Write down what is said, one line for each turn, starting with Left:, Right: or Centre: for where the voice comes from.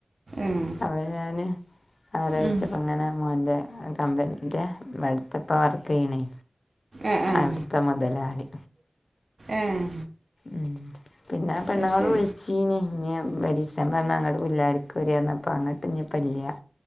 Right: ഏഹ്
Left: അവ ഞാന് ആരാ
Right: ഉം
Left: മോൻ്റെ കമ്പനിന്റെ അടുത്തപ്പ വർക്ക് കീണേ
Right: ഏഹ് ഏഹ്
Left: അവിടുത്തെ മുതലാളി
Right: ഏഹ്
Left: ഉം പിന്നെആ പെണ്ണുങ്ങൾ
Right: അത് ശരി
Left: വിളിച്ച വിളിച്ചിനി ഇഞ് ഒരീസ പറഞ്ഞ അങ്ങടെ പുല്ലാരക്ക് വരപറഞ്ഞപ്പോ അങ്ങോട്ട് ഞ്പ്പല്യ